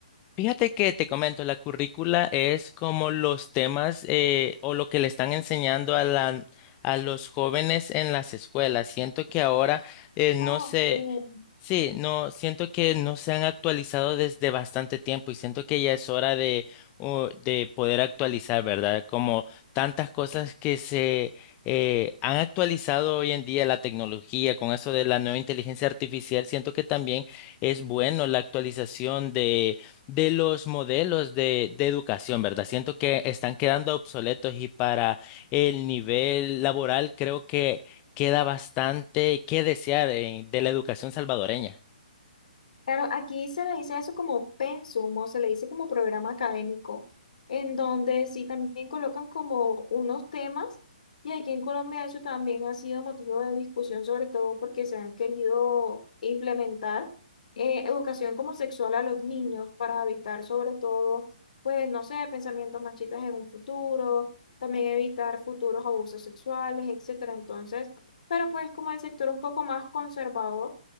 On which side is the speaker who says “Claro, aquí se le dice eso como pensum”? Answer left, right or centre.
Left